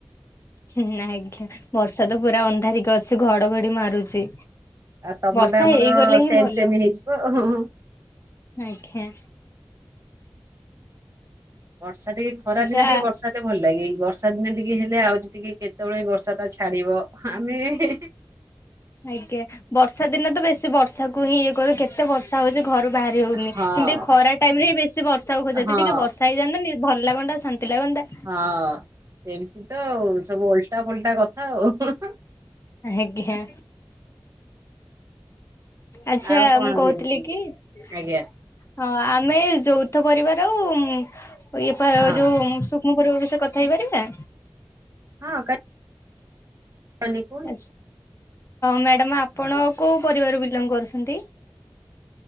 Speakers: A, on the left; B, on the right.
A: ହୁଁ, ଆଜ୍ଞା, ବର୍ଷା ତ ପୁରା ଅନ୍ଧାରିକି ଅଛି। ଘଡଘଡି ମାରୁଛି।
B: ଆଉ ତମଟା
A: ବର୍ଷା,
B: ଆମର
A: ହେଇଗଲେ
B: ସେମ
A: ହିଁ ଭଲ।
B: ସେମ ହେଇଯିବ ଆଉ।
A: ଆଜ୍ଞା,
B: ବର୍ଷା ଟିକେ, ଖରା
A: ଆଚ୍ଛା
B: ଦିନ ଟିକେ ବର୍ଷା ଭଲ ଲାଗେ। ବର୍ଷା ଦିନେ ଟିକେ ହେଲେ ଆହୁରି ଟିକେ କେତେବେଳେ ଏ ବର୍ଷା ଟା ଛାଡିବ? ଆମେ-ହେଁ-ହେଁ
A: ଆଜ୍ଞା, ବର୍ଷା ଦିନେ ତ ବେଶୀ ବର୍ଷାକୁ ହିଁ ଇଏ କରୁ। କେତେ ବର୍ଷା ହଉଛି ଘରୁ ବାହାରି ହଉନି।
B: ହଁ
A: କିନ୍ତୁ ଏ ଖରା ଟାଇମ୍ ରେ ବି ବେଶୀ ବର୍ଷା କୁ ଖୋଜା
B: ହଁ
A: ଟିକେ, ବର୍ଷା ସାଇଯାଆନ୍ତା ନି! ଭଲ ଲାଗନ୍ତା, ଶାନ୍ତି ଲାଗନ୍ତା।
B: ହଁ, ସେମିତି ତ ଆଉ। ସବୁ ଓଲଟା ପୋଲଟା କଥା ଆଉ। ହୁଁ ହୁଁ
A: ଆଜ୍ଞା, ହାଁ। ଆଚ୍ଛା,
B: ଆଉ କଣ
A: ମୁଁ କହୁଥିଲି
B: କେମିତି
A: କି? ହଁ,
B: ଆଜ୍ଞା
A: ଆମେ ଯୌଥ ପରିବାର ଆଉ, ଉଁ ଇଏ ପା
B: ହଁ
A: ଯୋଉଁ ସୁକ୍ ମୋ ପରିବା ବିଷୟ କଥା ହେଇପାରିବା?
B: ହଁ, କାଇଁ କାନିକୁ
A: ହଁ, ମ୍ୟାଡାମ୍ ଆପଣ
B: ହଁ
A: କୋଉ ପରିବାର ବିଲଙ୍ଗ୍ କରୁସନ୍ତି?